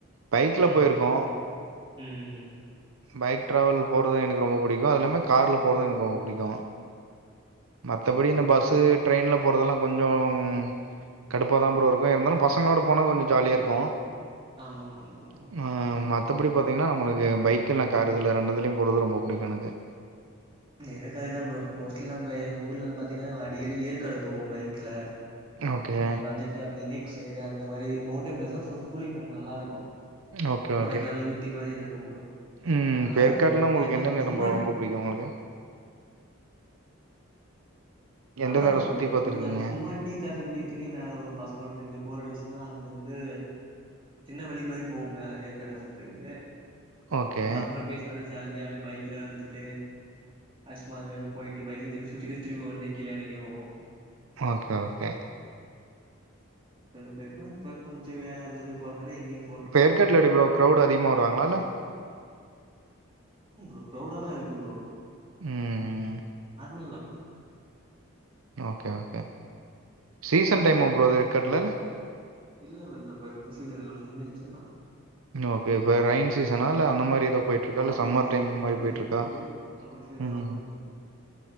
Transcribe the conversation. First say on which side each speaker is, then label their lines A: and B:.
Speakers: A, on the right; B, on the right.
A: பைக்ல
B: ம்
A: போயிருக்கோ
B: ம் ம்
A: பைக் ட்ராவல் போறது எனக்கு ரொம்ப பிடிக்கு அது இல்லாம காரில போறது எனக்கு ரொம்ப பிடிக்கு
B: ஓகே
A: மத்தபடி
B: ஓகே
A: இந்த
B: ப்ரோ
A: பஸ்ஸூ ட்ரெயின்ல போறதெல்லா கொஞ்சோ உம் கடுப்பா தா ப்ரோ இருக்கு இருந்தாலு பசங்களோட போனா கொஞ்சோ ஜாலியா இருக்கு
B: ஆமா ஆமா ப்ரோ ஆமா
A: ஆஹ் <unintelligible> மத்தபடி பாத்தீங்கன்னா நம்ளுக்கு பைக் இல்ல கார் இதில ரெண்டுதுலையு போறது ரொம்ப புடிக்கு எனக்கு
B: எனக்கு அதேதா ப்ரோ மோஸ்ட்லி நம்ம எ ஊர்லருந்து பாத்தீங்கன்னா அடிக்கடி ஏற்காடு போவொ பைக்ல
A: ஓகே
B: வந்துட்டு அப்படி லேக் சைடு அந்த மாரி மவுண்டன் பிளெஸ் கூலிங் நல்லா இருக்கு
A: ஓகே
B: கொடைக்கானல்
A: ஓகே
B: ஊட்டி மாரி இருக்கு ப்ரோ
A: ம்
B: நல்லா
A: இப்ப
B: இருக்கு
A: ஏற்காட்லா
B: வந்துட்டு
A: உங்களுக்கு
B: நாங்க
A: எந்தெந்த
B: சும்மா
A: எடம் ப்ரோ ரொம்ப புடிக்கு உங்களுக்கு
B: நல்லா
A: எந்தெந்த
B: இருக்கு
A: எடோ
B: ப்ரோ
A: சுத்தி
B: அங்க
A: பாத்துருக்கீங்க
B: இருந்து அங்க சும்மா டீ ஃகாபி குடிக் கிறதுக்கே மேல வரு பசங்களோட சேந்து போரடிச்சுன்னா அந்தந்து சின்ன வலி மாரி போவு மேல ஏற்காடு வர்ரதுக்கு
A: ஓகே
B: பசங் பேசினு அப்டியே ஜாலியா பைக்ல வந்துட்டு ஐஸ் பார்க் அங்க ங்க பொயிட்டு பைக்ல திரும்பி சுத்திட்டு திரும்பி ஒடனெ எறங்கிடுவோ
A: ஓகே ஓகே
B: ரெண்டு பேருமெ போயிருக்கோ இப்ப கொஞ்சோ வேல அது இதுன்னு போறனால எங்கயு
A: இப்ப ஏற்காட்ல எப்டி ப்ரோ க்ரௌட் அதிகமா வருவாங்களால்ல
B: ம் ப்ரோ க்ரௌடெல்லா இருக்கு ப்ரோ
A: உம் உம்
B: மில்னா
A: ஓகே ஓகே சீசன் டைம் ஆ ப்ரோ ஏற்க்காட்ல
B: இல்ல ப்ரோ இல்ல ப்ரோ இப்போ சீசனில்ல முன்சிச்சு ன்னா
A: ஓகே இப்ப ரைன் சீசனா இல்ல அந்த மாரி ஏதோ போயிட்ருக்கா
B: ஆமா மழ
A: இல்ல
B: பெஞ்சிட்டுருக்கு
A: சம்மர் டைம்
B: மழ
A: மாரி
B: பெஞ்சிட்டுருக்கு
A: போயிட்ருக்கா
B: ப்ளவர் ஷோ இதல்லா
A: ம்
B: முடிஞ்சு